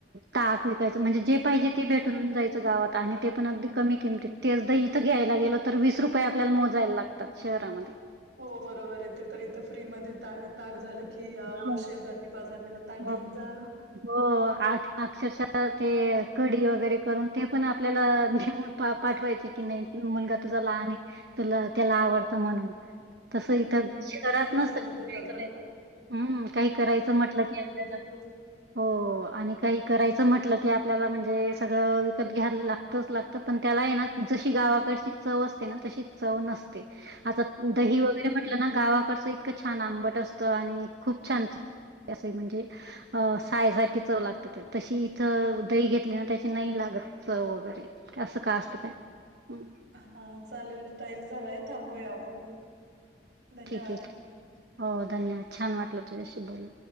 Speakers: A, on the right (about 65°); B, on the right (about 80°).
A: ताक विकायचं म्हणजे जे पाहिजे ते भेटून जायचं गावात आणि ते पण अगदी कमी किंमतीत. तेच दही इथं घ्यायला गेलं तर वीस रुपये आपल्याला मोजायला लागतात शहरामध्ये.
B: हो बरोबर ये ते तर इथं फ्री मध्ये ताज ताक झालं की अहो
A: हो
B: शेजारनी पाजारनी ला ताक
A: हो
B: घेऊन जा.
A: हो आ अक्षरशः ते कढी वगैरे करून ते पण आपल्याला प पाठवायचे की नाही मुलगा तुझा लहान ऐ तुला त्याला आवडत म्हणून तस
B: हं.
A: इथं शहरात
B: नाही
A: नसत
B: खरंच देतात
A: हाय का
B: बरं
A: नाय हम्म काही करायचं म्हटलं की
B: <unintelligible>
A: आपल्याला
B: देतात
A: हो आणि काही करायचं म्हटलं की आपल्याला म्हणजे सगळं विकत घ्यायला लागत. तास लागत पण त्याला येना जशी गावाकडची चव असते ना तशी चव नसते आता दही
B: बरोबर
A: वगैरे
B: आहे.
A: म्हटलं ना गावाकडचं इतकं छान आंबट असतं आणि खूप छान चव असयं म्हणजे अ सायसारखी चव लागते तशी इथं दही घेतली ना त्याची नाही लागत चव वगैरे असं का असत काय माहित
B: हा चालेल टाइम झालाय थांबूया आपण धन्यवाद.
A: ठीक आहे हो धन्यवाद छान वाटलं तुझ्याशी बोलून